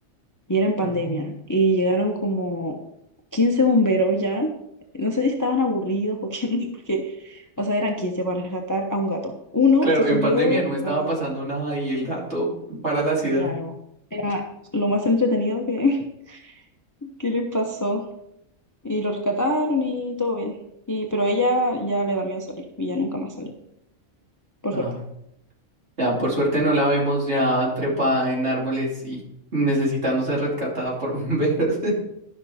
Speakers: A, on the left; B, on the right.
A: y era en pandemia.
B: No.
A: Y llegaron como 15 bomberos ya. No sé si estaban aburridos o qué, <laughs> porque, o sea, eran 15 para rescatar a un gato. Uno
B: Claro,
A: se subió
B: en pandemia no estaba
A: a,
B: pasando nada y el gato para la ciudad.
A: claro, era lo más entretenido que, <laughs> que les pasó. Y lo rescataron y todo bien. Y, pero ella ya le da miedo salir y ya nunca más salió, por
B: Ah,
A: suerte.
B: ya, por suerte no la vemos ya trepada en árboles y necesitando ser rescatada por bomberos. <laughs>